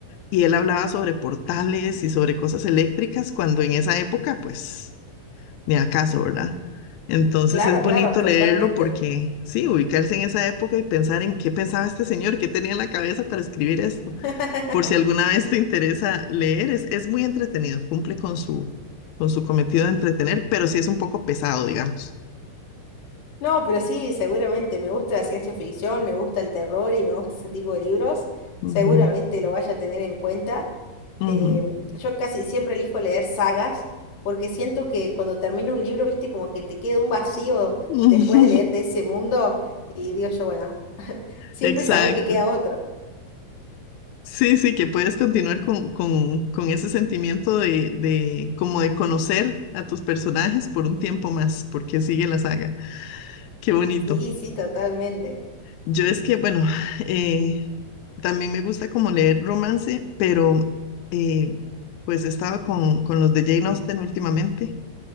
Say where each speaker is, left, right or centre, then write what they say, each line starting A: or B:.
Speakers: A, on the left; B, on the left.
A: y él hablaba sobre portales y sobre cosas eléctricas, cuando en esa época, pues, ni acaso, ¿verdad? Entonces
B: Claro,
A: es bonito
B: claro, totalmente.
A: leerlo porque, sí, ubicarse en esa época y pensar en qué pensaba este señor, qué tenía en la cabeza para escribir esto.
B: <laughs>
A: Por si alguna vez te interesa leer, es, es muy entretenido, cumple con su, con su cometido de entretener, pero sí es un poco pesado, digamos.
B: No, pero sí, seguramente me gusta la ciencia ficción, me gusta el terror y me gusta ese tipo de libros.
A: Ujú,
B: Seguramente lo vaya a tener en cuenta.
A: ujú.
B: Em, yo casi siempre elijo leer sagas porque siento que cuando termino un libro, viste, como que te queda un vacío
A: <laughs>
B: después de leer de ese mundo y digo yo, bueno, siempre
A: Exacto.
B: sabes que queda otro.
A: Sí, sí, que puedes continuar con, con, con ese sentimiento de, de como de conocer a tus personajes por un tiempo más, porque sigue la saga. Qué bonito.
B: Sí, sí, totalmente.
A: Yo es que, bueno, eh, también me gusta como leer romance, pero eh, pues he estado con, con los de Jane Austen últimamente.